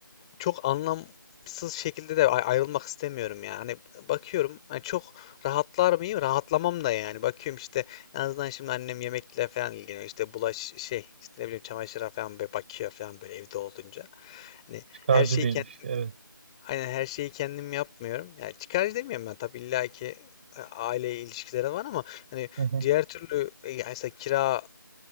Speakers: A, on the left (about 15°); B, on the right (about 30°).
A: çok anlamsız şekilde de ay- ayrılmak istemiyorum yani Hani bakıyorum hani çok rahatlar mıyım? Rahatlamam da yani. Bakıyorum işte en azından şimdi annem yemekle falan ilgileniyor. İşte bulaş şey işte ne bileyim çamaşıra falan böyle bakıyor falan böyle evde olunca. Hani
B: Çıkarcı
A: her şeyi
B: bir
A: kendim
B: ilişki evet.
A: aynen her şeyi kendim yapmıyorum. Yani çıkarcı demiyorum ben tabii illa ki e, aile ilişkileri var ama hani
B: Hı hı.
A: diğer türlü e, yani mesela kira